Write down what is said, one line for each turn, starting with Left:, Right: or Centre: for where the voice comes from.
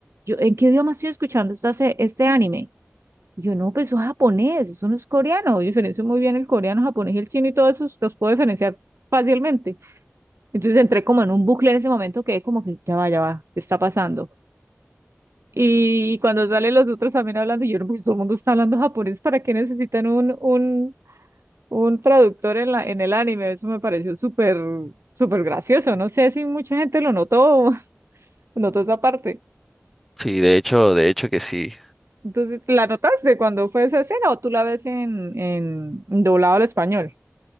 Right: Yo, ¿en qué idioma estoy escuchando esta se- este anime? Y yo, no, pues eso es japonés, eso no es coreano, yo diferencio muy bien el coreano, japonés y el chino y todos esos los puedo diferenciar fácilmente. Entonces entré como en un bucle en ese momento, quedé como que ya va, ya va, ¿qué está pasando? Y cuando salen los otros también hablando, yo no, pues todo el mundo está hablando japonés, ¿para qué necesitan un, un, un traductor en la, en el anime? Eso me pareció súper, súper gracioso. No sé si mucha gente lo notó, <laughs> notó esa parte.
Centre: Sí, de hecho, de hecho que sí.
Right: Entonces, ¿la notaste cuando fue esa escena o tú la ves en, en doblado al español?